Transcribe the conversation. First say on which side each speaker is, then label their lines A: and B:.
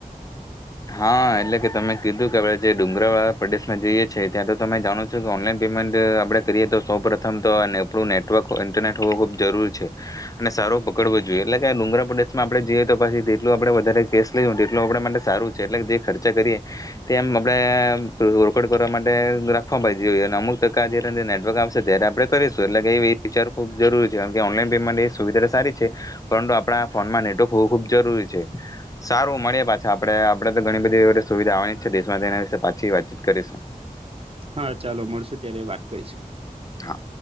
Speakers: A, on the left (about 25°); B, on the right (about 40°).
A: હા એટલે કે તમે કીધું કે હવે જે ડુંગરા વાળા પ્રદેશમાં જઈએ છે ત્યાં તો તમે જાણો છો કે ઓનલાઈન પેમેન્ટ અ આપળે કરીએ તો સૌ પ્રથમ તો અને આપળુ નનેટવર્ક <unintelligible> ઇન્ટરનેટ હોવો ખૂબ જરૂરી છે, <unintelligible> અને સારો પકડવો જોઈએ એટલે કે ડુંગરા પ્રડમાં આપળે જઈએ તો પાછી તેટલું આપળે વધારે કેસ લેઈજુ એટલું આપળા માટે સારું છે એટલે જે ખર્ચા કરીએ <unintelligible> તે એમ આપળે અમે રોકડ કરવા માટે રાખબા જોઈએ અને અમુક ટકા જેના જે નેટવર્ક આવશે ત્યારે આપળે કરીશું એટલે કે એ વિચાર ખૂબ જરૂરી છે કારણ કે ઓનલાઈન પેમેન્ટ એ સુવિધા તો સારી છે, <unintelligible> પરંતુ આપણા ફોનમાં નેટવર્ક હોવું ખૂબ જરૂરી છે, સારું મળ્યે પાછા આપળે આપળે તો ઘણી બધી સુવિધા આવાની છે દેશમાં તેના વિશે પાછી વાતચીત કરીશું
B: હા. ચાલો મળશુ ત્યારે વાત કરીશું.
A: હા.